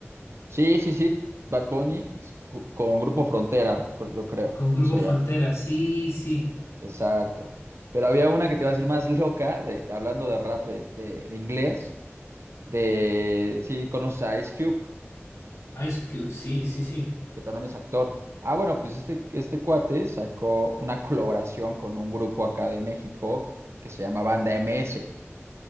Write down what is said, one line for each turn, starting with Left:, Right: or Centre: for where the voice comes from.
Right: Sí, sí, sí, Bad Bunny ex- ju- con Grupo Frontera, cr- yo creo,
Left: con Grupo
Right: se
Left: Frontera,
Right: llama.
Left: sí, sí.
Right: Exacto. Pero había una que te iba a decir más loca, de, hablando de rap eh, de, de inglés, de sí, conoces a Ice Cube,
Left: Ice Cube, sí, sí, sí.
Right: que también es actor. Ah, bueno, pues este, este cuate sacó una colaboración con un grupo acá de México que se llama Banda MS.